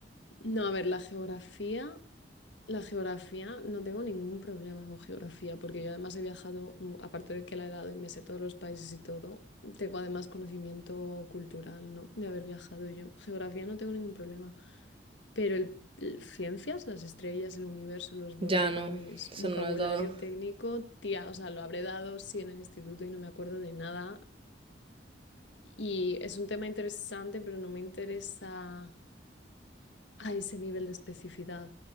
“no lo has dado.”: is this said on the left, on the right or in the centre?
Right